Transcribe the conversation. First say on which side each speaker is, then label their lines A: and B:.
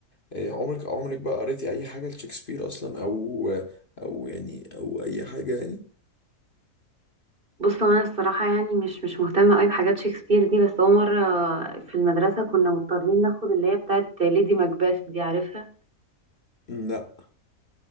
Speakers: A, on the left; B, on the right.
A: آه، عمرك عمرك بقى قريتي اي حاجه لشكسبير اصلا او او يعني او اي حاجه يعني
B: بص هو انا الصراحه يعني مش مش مهتمه قوي بحاجات شكسبير دي بس هو مره في المدرسه كنا مضطرين ناخد اللي هي بتاعت ليدي ماكبث دي عارفها
A: مم، لا